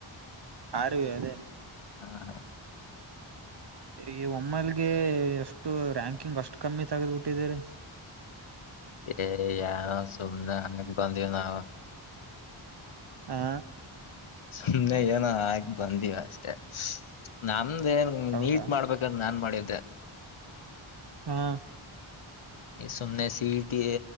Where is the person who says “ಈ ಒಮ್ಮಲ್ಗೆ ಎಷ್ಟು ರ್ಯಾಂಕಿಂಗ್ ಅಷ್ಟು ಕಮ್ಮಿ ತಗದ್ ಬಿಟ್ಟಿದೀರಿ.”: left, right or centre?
Right